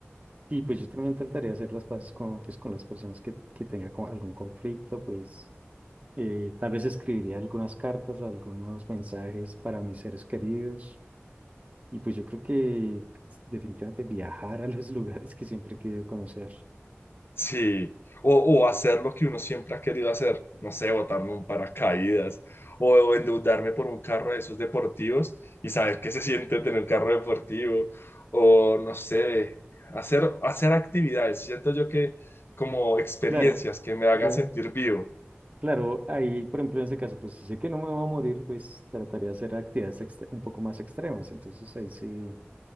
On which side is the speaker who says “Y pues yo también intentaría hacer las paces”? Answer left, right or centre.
Right